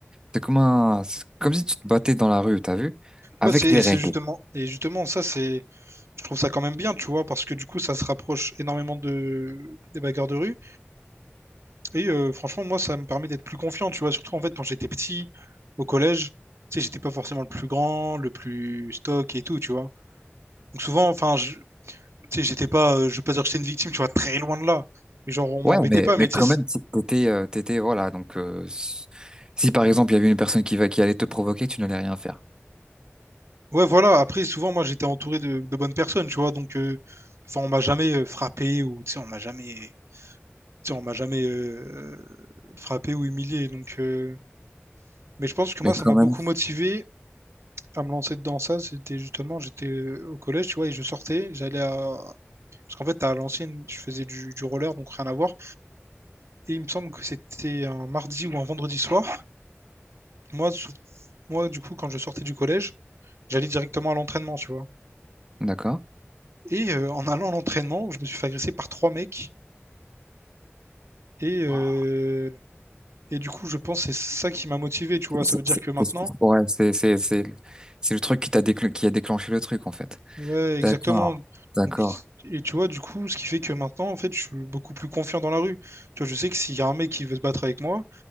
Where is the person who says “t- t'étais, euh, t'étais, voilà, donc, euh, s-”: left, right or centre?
Right